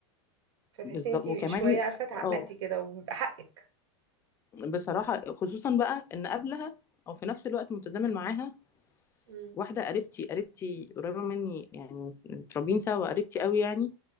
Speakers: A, on the right; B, on the left.
A: فتحسي
B: بالظبط
A: ان انت
B: وكمان
A: شوية عارفة اتعقدتي
B: اه
A: كده وبيبقى حقك
B: بصراحة خصوصا بقى ان قبلها او في نفس الوقت متزامن معاها
A: مم.
B: واحدة قريبتي قريبتي قريبة مني يعني متربيين سوا قريبتي قوي يعني